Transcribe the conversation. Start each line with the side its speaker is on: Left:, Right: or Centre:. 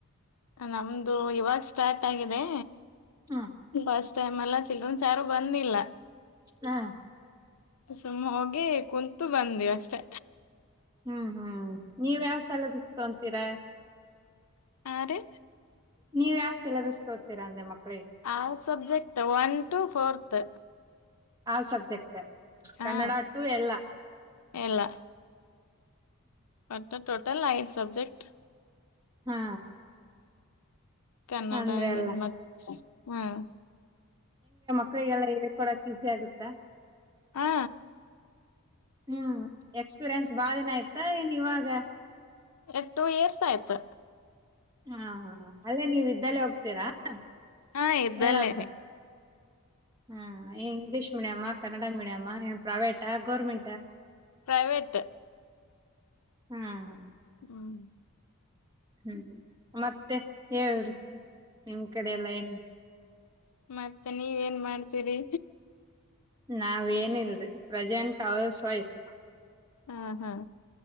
Left: ನಮ್ದು ಇವಾಗ ಸ್ಟಾರ್ಟ್ ಆಗಿದೆ
Right: ಹ್ಮ್
Left: ಬಸ್ <unintelligible> ಚಿಲ್ದ್ರೆನ್ಸ್ ಯಾರು ಬಂದಿಲ್ಲ
Right: ಹಾ
Left: ಸುಮ್ಮ ಹೋಗಿ ಕುಂತು ಬಂದಿವ ಅಷ್ಟೆ
Right: ಹ್ಮ್ ಹ್ಮ್ ನೀವ್ ಯಾವ ಸಲ <unintelligible> ಅಂತೀರಾ
Left: ಆರು
Right: ನೀವ ಯಾವ ಸಿಲ್ಲಬುಸ್ ತೋತೀರಾಂದೆ ಮಕ್ಕ
Left: <unintelligible> subject one two fourth
Right: all ಸಬ್ <unintelligible> ಟ್
Left: ಹಾ
Right: ಕನ್ನಡ ಟು ಎಲ್ಲ
Left: ಎಲ್ಲ <unintelligible> ಟೋಟಲ್ ಐ ಸಬ್ಜೆಕ್ಟ್
Right: ಹಾ
Left: ಕನ್ನಡ
Right: ಅಂದ್ರೆ ಎಲ್ಲ
Left: ಮತ್ತ ಹ್ಮ್
Right: ಕ್ಕಳಿಗೆ ಎಲ್ಲ ಹೇಳ್ಕೊಡಕ್ ಈಸಿ ಆಗುತ್ತಾ
Left: ಹಾ
Right: ಹ್ಮ್ ಎಕ್ಸ್ಪೀರಿಯನ್ಸ್ ಬಾಳ್ ದಿನ ಇತ್ತ <unintelligible> ಇವಾಗ
Left: ಎ ಟೂ ಇಯರ್ಸ್ ಆಯ್ತ್
Right: ಹಾ ಹಾ ಹ ಅಲ್ಲೇ ನೀವ ಇದ್ದಲ್ಲೆ ಹೋಗ್ತೀರಾ <unintelligible>
Left: ಹಾ ಇದ್ದಲ್ಲೇ ರೀ
Right: ಹ್ಮ್ ಏ ಇಂಗ್ಲಿಷ್ ಮೀಡಿಯಾಮಾ ಕನ್ನಡ ಮೀಡಿಯಮ್ಮಾ ಏ ಪ್ರೈವೇಟಾ ಗೌರ್ಮೆಂಟಾ
Left: ಪ್ರೈವೇಟ್
Right: ಹ್ಮ ಹ
Left: ಹ್ಮ್
Right: ಹ್ಮ್ ಮತ್ತೆ ಹೇಳ್ರಿ ನಿಮ್ ಕಡೆ ಎಲ್ಲ <unintelligible>
Left: ಮತ್ತೆ ನೀವ ನ್ ಮಾಡ್ತೀರಿ
Right: ನಾವೇಏನಿಲ್ರಿ ಪ್ರೆಸೆಂಟ್ ಹೌಸ್ ವೈಫ್
Left: ಆ ಹಾ.